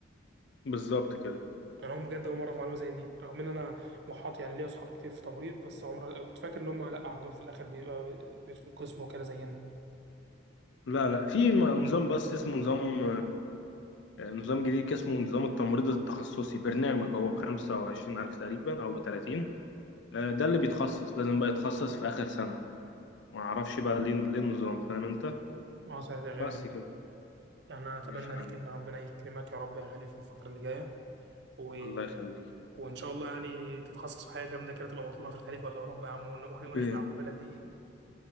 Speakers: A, on the left; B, on the right.
A: بالظبط كده
B: يعني هم بجد اول مرة في معلومة زي دي رغم ان انا محاط يعني ليا اصحاب كتير في تمريض بس عمر كنت فاكر ان هم لا عندهم في الاخر بيبقى بيدخل قسم وكده زينا
A: لا لا في م- نظام بس اسمه نظام نظام جديد كده اسمه نظام التمريض التخصصي برنامج هو بخمسة وعشرين ألف تقريبا أو بتلاتين آه، ده اللي بيتخصص لازم بقى يتخصص في آخر سنة ما أعرفش بقى ليه ليه النظام فاهم أنت
B: اه سنتين غالي
A: بس كده
B: يعني أنا أتمنى
A: ماشي يا
B: ليك
A: حبيبي
B: إن ربنا يكرمك يا رب يا غالي في الفترة اللي جاية و...
A: الله يخليك
B: وإن شاء الله يعني تتخصص في حاجة جامدة كده تبقى مطلوبة في الخليج ولا أوروبا يا عم ون... ون-
A: ب...
B: ونخلع من البلد دي <laughs>